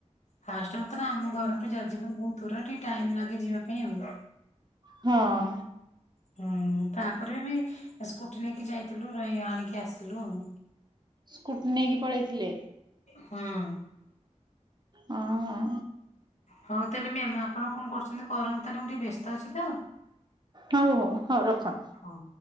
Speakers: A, on the left; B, on the right.
A: ଫାଷ୍ଟ ହଉଥିଲା ଆମ ଘରଠୁ
B: ହୁଁ।
A: ଯାଜପୁର ବହୁତ ଦୂର ଟିକେ ଟାଇମ ଲାଗେ ଯିବା ପାଇଁ ଆଉ।
B: ହଁ।
A: ହୁଁ, ତାପରେ ବି ସ୍କୁଟି ନେଇକି ଯାଇଥିଲୁ ରହି ଆଣିକି ଆସିଲୁ ଆଉ।
B: ସ୍କୁଟି ନେଇକି ପଳେଇଥିଲେ?
A: ହଁ।
B: ହଁ।
A: ହଉ ତାହେଲେ ମ୍ୟାମ୍, ଆପଣ କଣ କରୁଛନ୍ତି କରନ୍ତୁ ତାହେଲେ ମୁଁ ଟିକେ ବ୍ୟସ୍ତ ଅଛି ତ।
B: ହଉ ହଉ ହଉ ରଖ।
A: ହଁ